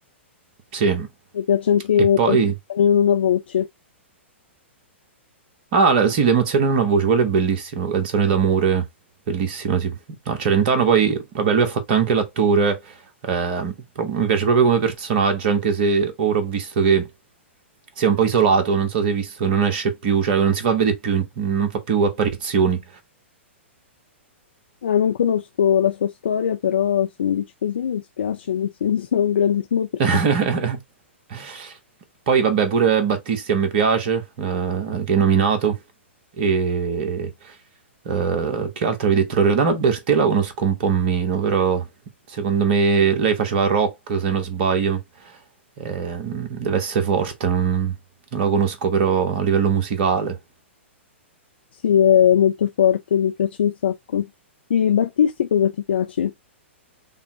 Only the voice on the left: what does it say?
Mi piace anche
Non una voce.
Ah, non conosco la sua storia, però se mi dici così mi dispiace, nel senso è un grandissimo personaggio.
Sì, è molto forte, mi piace un sacco. Di Battisti cosa ti piace?